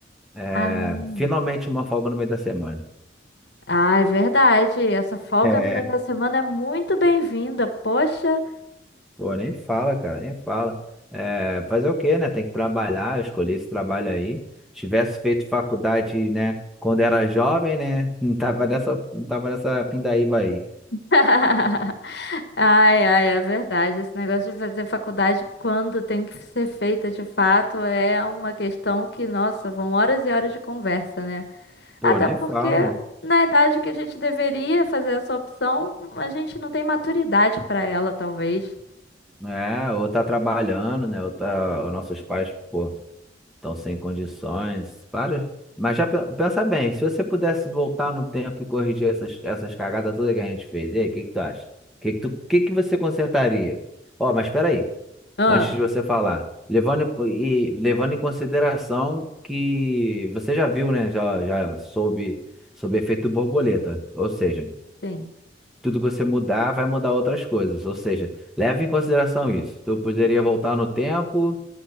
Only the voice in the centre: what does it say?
É,
finalmente uma folga no meio da semana.
É,
Pô, nem fala, cara, nem fala. É, fazer o quê, né? Tem que trabalhar, eu escolhi esse trabalho aí. Se tivesse feito faculdade, né, quando era jovem, né? <laughs> Não tava nessa, não tava nessa pindaíba aí.
Pô,
nem
fala.
É, ou tá trabalhando, né? Ou tá, os nossos pais, pô. Estão sem condições. Para. Mas já pe- pensa bem, se você pudesse voltar no tempo e corrigir essas, essas cagadas todas que a gente fez, e aí, o que que tu acha? O que que tu, que que você consertaria? Ó, mas espera aí,
antes de você falar, levando em co- e levando em consideração que você já viu, né? Já, já soube sobre efeito borboleta, ou seja,
tudo que você mudar vai mudar outras coisas, ou seja, leve em consideração isso. Tu poderia voltar no tempo